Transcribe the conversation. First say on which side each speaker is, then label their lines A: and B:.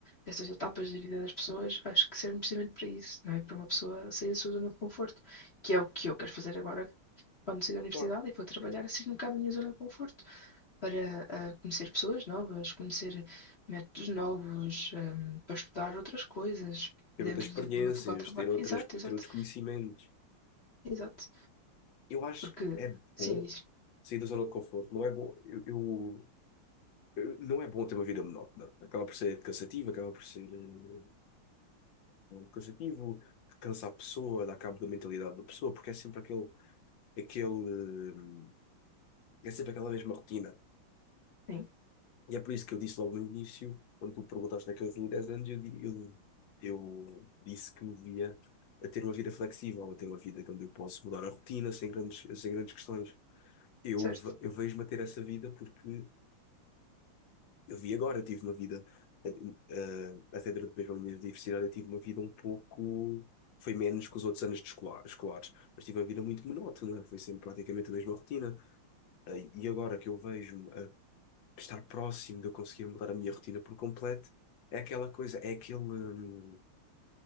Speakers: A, on the left; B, on the left.
A: essas etapas da vida das pessoas, acho que servem precisamente para isso, não é? Para uma pessoa sair da sua zona de conforto, que é o que eu quero fazer agora quando sair da universidade
B: Claro.
A: e for trabalhar, assim um bocado da minha zona de conforto, para ah, conhecer pessoas novas, conhecer métodos novos, ah, para estudar outras coisas
B: Ter
A: dentro
B: outras experiências,
A: do, do meu local de trabalho.
B: ter outras,
A: Exato, exato,
B: ter outros conhecimentos.
A: exato.
B: Eu acho
A: Porque,
B: que é
A: sim,
B: bom
A: diz
B: sair da zona de conforto. Não é bom. Eu, eu- eu- não é bom ter uma vida monótona. Acaba por ser cansativo, acaba por ser eh, cansativo, cansa a pessoa, dá cabo da mentalidade da pessoa, porque é sempre aquele, aquele, eh, é sempre aquela mesma rotina.
A: Sim,
B: E é por isso que eu disse logo no início, quando tu perguntaste naqueles eu 10 anos, eu, di- eu, eu disse que me via a ter uma vida flexível, a ter uma vida onde eu posso mudar a rotina sem grandes, sem grandes questões. Eu,
A: certo.
B: ve- eu vejo-me a ter essa vida porque Eu vi agora, eu tive uma vida, eh, eh, até durante mesmo a minha universidade, eu tive uma vida um pouco. Foi menos que os outros anos de escolar, escolares, mas tive uma vida muito monótona, foi sempre praticamente a mesma rotina. Eh, E agora que eu vejo-me a estar próximo de eu conseguir mudar a minha rotina por completo, é aquela coisa, é aquele. hum,